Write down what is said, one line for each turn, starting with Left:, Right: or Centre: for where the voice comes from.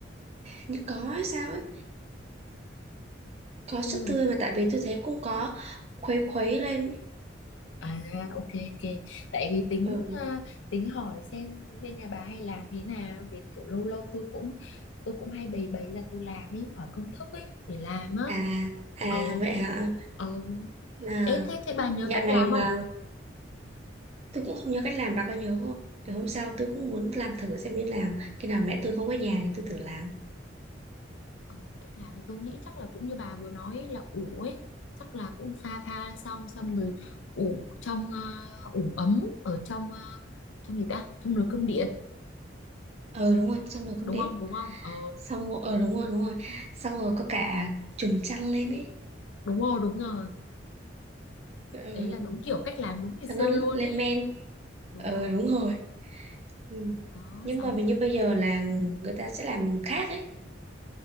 Right: như có hay sao ấy
Left: Sữa
Right: có
Left: tươi.
Right: sữa tươi mà tại vì tôi thấy cũng có khuấy khuấy lên ấy.
Left: À ok ok. Tại vì tính
Right: ừ.
Left: ờ, tính hỏi xem bên nhà bà hay làm thế nào để kiểu lâu lâu tôi cũng tôi cũng hay bày bày ra tôi làm ý hỏi công thức ấy để làm á.
Right: à à
Left: Ừ
Right: vậy hả
Left: ừ.
Right: là
Left: Ê thế thế bà nhớ
Right: dạo
Left: cách
Right: này
Left: làm
Right: mà
Left: không?
Right: tôi cũng không nhớ cách làm bà có nhớ không để hôm sau tôi cũng muốn làm thử xem như nào khi nào mẹ tôi không có nhà thì tôi thử làm
Left: Ừ, cách làm thì tôi nghĩ chắc là cũng như bà vừa nói là ủ ấy chắc là cũng pha pha xong xong rồi ủ trong à, ủ ấm ở trong à, trong gì ta trong nồi cơm điện
Right: ờ đúng rồi xong rồi cơm
Left: đúng
Right: điện
Left: không đúng không ờ
Right: xong rồi ờ đúng rồi đúng rồi xong rồi có cả chùm chăn lên ấy
Left: đúng rồi đúng rồi
Right: ừ.
Left: đấy là đúng kiểu cách làm đúng ngày xưa
Right: cho nó
Left: luôn
Right: lên
Left: ấy
Right: men
Left: đúng
Right: ờ
Left: rồi
Right: đúng rồi ừ.
Left: đó
Right: nhưng
Left: xong
Right: mà
Left: rồi
Right: hình
Left: sao
Right: như bây giờ là người ta sẽ làm khác ấy